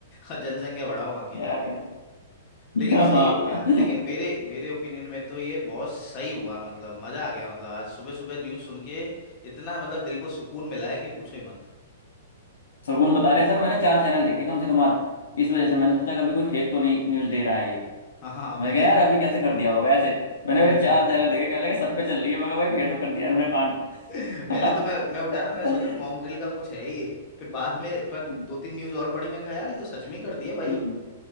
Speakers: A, on the left (about 35°); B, on the left (about 75°).
A: और जनसंख्या बढ़ाओ वहां की जाके
B: यार
A: लेकिन
B: <laughs>
A: सही हो गया
B: हाँ
A: लेकिन मेरे मेरे ओपिनियन में तो ये बहुत सही हुआ मतलब मजा आ गया मतलब आज सुबह सुबह न्यूज़ सुन के इतना मतलब दिल को सुकून मिला है कि पूछो ही मत
B: सगुन बता रहे हैं, सर मैंने चार चैनल देखे कम से कम आज इस वजह से मैंने सोचा कभी कोई फेक तो नहीं न्यूज दे रहा है ये।
A: हाँ हाँ मैंने
B: मैं कहा यार
A: भी
B: अभी कैसे कर दिया होगा ऐसे मैंने
A: मैंने
B: भाई चार
A: भी
B: चैनल देखे क्या लगा सब पे चल रही है मैं कहा भाई फेक तो कर दिया उन्होंने कांड
A: <laughs> पहले तो मैं मैं उठा ना मैं सोचा
B: <laughs>
A: मॉक ड्रिल का कुछ है ये फिर बाद में पर
B: हम्म,
A: दो तीन न्यूज़ और पढ़ी मैंने कहा यार ये तो सच में ही कर दिया भाई
B: हम्म।